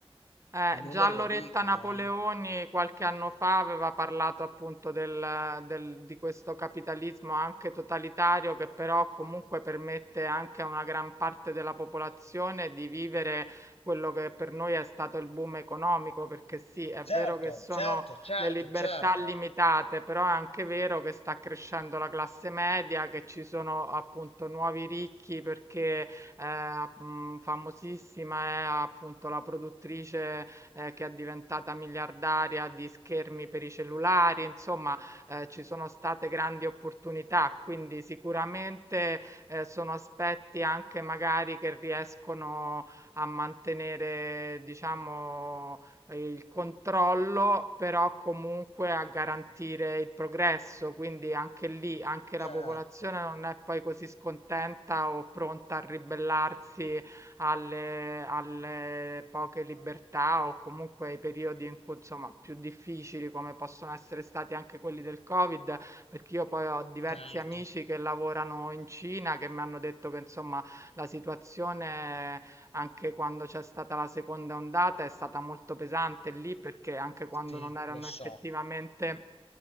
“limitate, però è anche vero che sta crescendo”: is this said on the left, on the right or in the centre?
Right